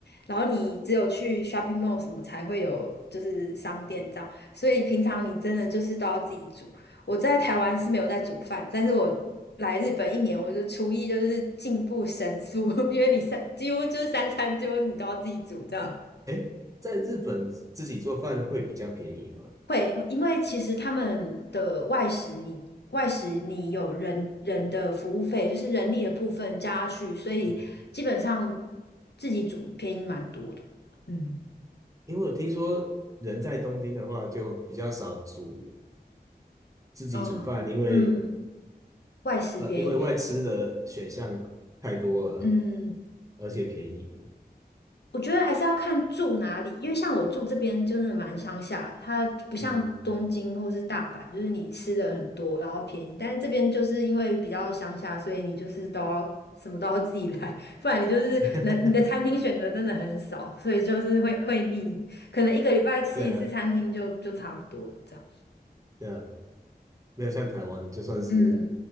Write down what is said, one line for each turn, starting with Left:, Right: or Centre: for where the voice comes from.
Left: 然后你只有去 shopping mall 什么才会有就是商店这样，所以平常你真的就是都要自己煮。我在台湾是没有在煮饭，但是我来日本一年，我的厨艺就是进步神速，<laughs> 因为你三几乎就是三餐几乎你都要自己煮这样。
Right: 哎，在日本自己做饭会比较便宜吗？
Left: 会，因为其实他们的外食你，外食你有人人的服务费，就是人力的部分加去，所以基本上
Right: 嗯，
Left: 自己煮便宜蛮多的。嗯，
Right: 因为我听说人在东京的话就比较少煮自己煮饭，
Left: 哦。
Right: 因为
Left: 嗯。外食便宜，
Right: 呃因为外吃的选项太多了，
Left: 嗯，
Right: 而且便宜。
Left: 我觉得还是要看住哪里，因为像我住这边就是蛮乡下，它不像东京或是大阪，
Right: 嗯，
Left: 就是你吃的很多，然后便宜，但是这边就是因为比较乡下，所以你就是都要什么都要自己来，<laughs> 不然你就是能你的餐厅选择真的很少，
Right: <laughs>
Left: 所以就是会会腻，可能一个礼拜吃一次餐厅就就差不多了这样。
Right: 对啊，对啊，没有像台湾，就算是
Left: 嗯